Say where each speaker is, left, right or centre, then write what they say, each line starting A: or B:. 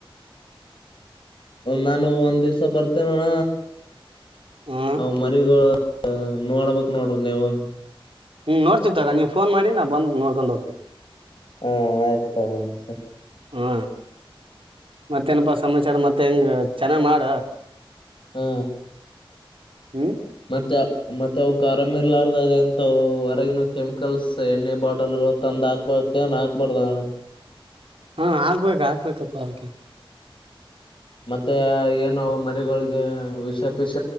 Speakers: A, on the left; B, on the right.
A: ನಾನು ಒಂದ್ ದಿವ್ಸ ಬರ್ತೆೇನಣ
B: ಹ್ಮ್
A: ಅವ ಮರಿಗಳು ಹ ನೋಡ್ಬೇಕಕ್ ನೋಡ್ರಿ ನೀವು
B: ಹ್ಮ್ ನೋಡ್ತಿದ್ದಾಗ ನೀವು ಫೋನ್ ಮಾಡಿ ನಾವು ಬಂದು ನೋಡ್ಕೊಂಡು ಹೋಗ್ತೀವಿ
A: ಹಾ ಆಯ್ತು ಹ ಸರಿ
B: ಹಾ ಮತ್ತೇನಪಾ ಸಮಾಚಾರ ಮತ್ತೆ ಹೆಂಗ ಚೆನ್ನ ಮಾಡ
A: ಹಾ
B: ಹ್ಮ್
A: ಮತ್ತೆ ಮತ್ತೆ ಅವ ಕರಮಿರ್ಲಾರ್ದಾಗ ಎಂತ ಹೊರಗಿನ ಕೆಮಿಕಲ್ಸ್ ಎಣ್ಣೆ ಬಾಟಲ್ಗಳು ತಂದ್ ಹಾಕ್ಬಾ ಬರದಾನ
B: ಹಾ ಆಗ್ಬೇಕಕ್ ಆಾಕ್ಬೇಕಪ್ಪ ಅವಕೇನ್
A: ಮತ್ತೆ ಏನು ಮರಿಗಳಿಗೆ ವಿಷ ಪಷ